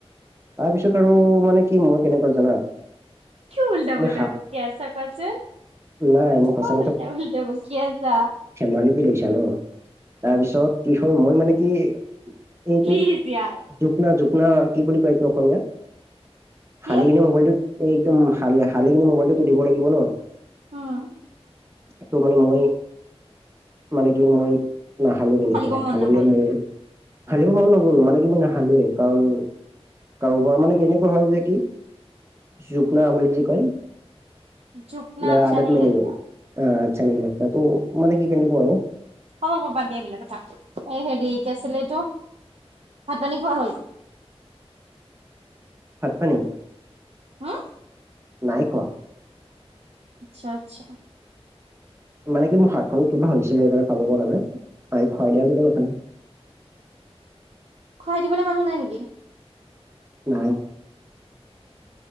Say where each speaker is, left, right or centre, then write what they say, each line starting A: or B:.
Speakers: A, on the right; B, on the right.
A: তাৰপিছত আৰু মানে কি মই কেনেকুৱা জানা।
B: কি ওলটা পুলটা
A: মই হা
B: বকী আছা কোৱাচোন
A: নাই মই সঁচা
B: হ'ল। তা- উলতা বকি আছা।
A: পানি পি লৈছা ন তাৰ পিছত কি হ'ল মই মানে কি। এই
B: প্লিজ
A: টো
B: য়াৰ।
A: ঝুপনা ঝুপনা কি বুলি কয় এইটো অসমীয়াত।
B: কি?
A: শালি কিনি মোবাইলটো একদমাল শালি কি মোবাইলটোতো দিব লাগিব ন।
B: উম।
A: এইটো বানে মই মানে মই মানে কি মই। নাহালো কেনেকে
B: হালিব মন
A: হালিলে
B: নগ'ল।
A: মোৰ হালিব মন নগ'ল মানে কি মই নাাহালো কাৰণ। কাৰোবাৰ মানে কি এনেকুৱা হল যে কি জুকলা বুলি যে কয়।
B: জুকনা
A: মে
B: আচ্ছা
A: আদত
B: নেহি
A: মে
B: লাগতা।
A: নাহি হে, আচ্ছা নাহি লাগতা মানে কি কেনেকুৱা আও।
B: হ'বা দিয়া বেলেগ কথা এই হেৰি কি আছিলে এইটো ভাত পানী খোৱা হ'ল?
A: ভাত-পানী।
B: হা
A: নাই কোৱা।
B: আচ্ছা আচ্ছা।
A: মানে কি মোৰ হাতখন কিবা হৈছিলে সেইকাৰণে খাব পৰা নাই আ খুৱাই দিয়া যদি কথা নাই।
B: খুৱাই দিবলৈ মানুহ নাই নেকি?
A: নাই।